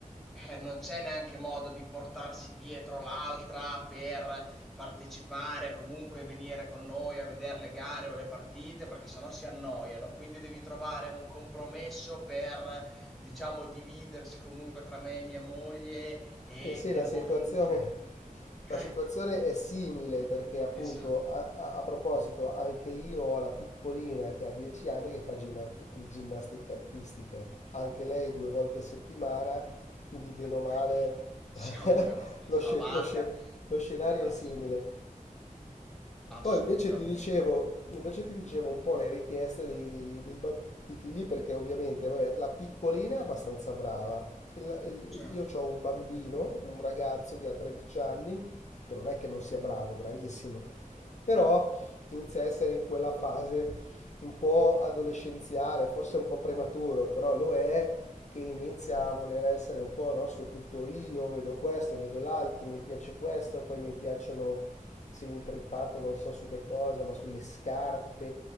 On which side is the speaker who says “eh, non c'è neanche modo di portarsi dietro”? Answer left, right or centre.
Centre